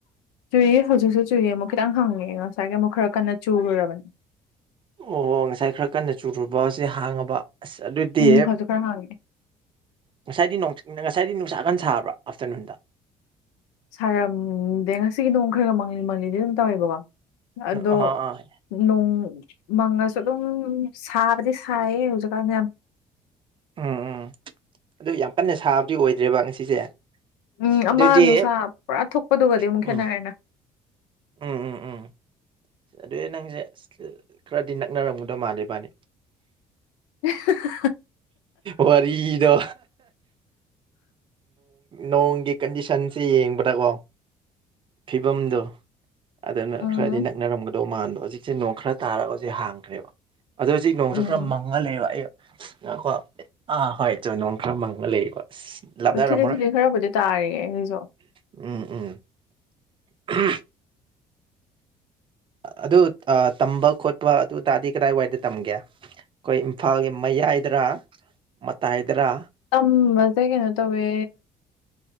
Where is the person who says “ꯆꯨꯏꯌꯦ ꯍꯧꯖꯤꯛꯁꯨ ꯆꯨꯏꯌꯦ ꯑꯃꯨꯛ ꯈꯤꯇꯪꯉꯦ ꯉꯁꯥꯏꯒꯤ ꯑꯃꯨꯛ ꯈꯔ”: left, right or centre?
Left